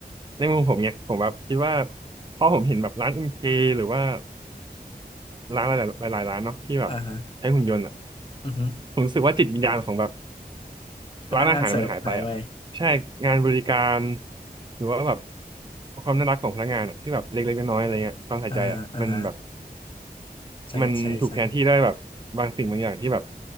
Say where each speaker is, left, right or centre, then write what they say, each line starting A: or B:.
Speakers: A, on the right; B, on the left.
A: ในมุมผมเนี่ยผมแบบคิดว่าพอผมเห็นแบบร้านเอ็มเคหรือว่าร้านหลายหลายๆร้านเนาะที่แบบใช้หุ่นยนต์อ่ะ
B: อ่าฮะอือฮึ
A: ผมรู้สึกว่าจิตวิญญาณของแบบ
B: พนักงานเสิร์ฟหายไป
A: ร้านอาหารมันหายไปอ่ะใช่งานบริการหรือว่าแบบความน่ารักของพนักงานอ่ะที่แบบเล็กๆน้อยๆอะไรเงี้ยความใส่ใจอ่ะมันแบบ
B: อ่าฮะอ่าฮะใช่ใช่ใช่
A: มันถูกแทนที่ด้วยแบบบางสิ่งบางอย่างที่แบบ